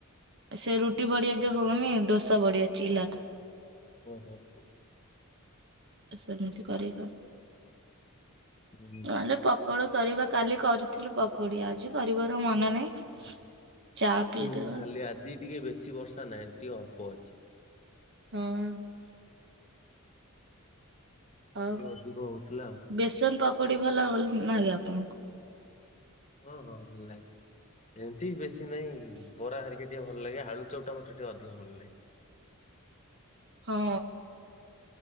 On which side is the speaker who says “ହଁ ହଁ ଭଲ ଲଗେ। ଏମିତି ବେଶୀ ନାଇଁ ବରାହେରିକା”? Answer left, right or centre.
Left